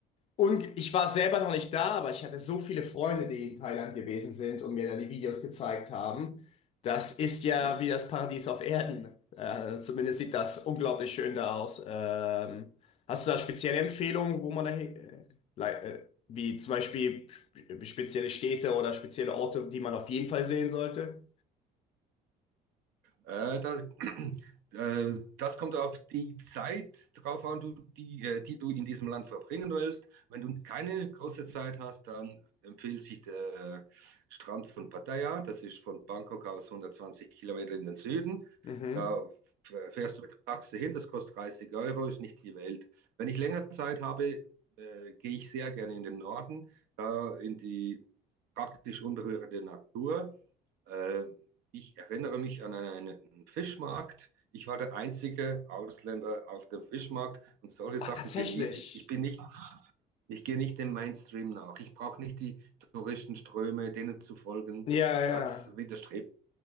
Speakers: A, on the left; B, on the right.
A: Und ich war selber noch nicht da, aber ich hatte so viele Freunde, die in Thailand gewesen sind und mir dann die Videos gezeigt haben. Das ist ja
B: ja.
A: wie das Paradies auf Erden. Äh, zumindest sieht das unglaublich schön da aus. Ähm, hast du da spezielle Empfehlungen, wo man da, äh, lei- äh, wie zum Beispiel sp- spezielle Städte oder spezielle Orte, die man auf jeden Fall sehen sollte?
B: Äh, da, <clears throat> äh, das kommt auf die Zeit drauf an, du, die, äh, die du in diesem Land verbringen willst. Wenn du keine große Zeit hast, dann empfiehlt sich der Strand von Pattaya. Das ist von Bangkok aus 120 Kilometer in den Süden.
A: Mhm.
B: Da fährst du mit der Taxe hin, das kostet 30 Euro, ist nicht die Welt. Wenn ich länger Zeit habe, äh, gehe ich sehr gerne in den Norden, äh, in die praktisch unberührte Natur. Äh, ich erinnere mich an einen Fischmarkt. Ich war der einzige Ausländer auf dem Fischmarkt und solche
A: Ach,
B: Sachen
A: tatsächlich.
B: genieße ich. Ich bin nicht, ich gehe nicht dem Mainstream nach. Ich brauche nicht die Touristenströme, denen zu folgen.
A: Ja, ja.
B: Das widerstrebt,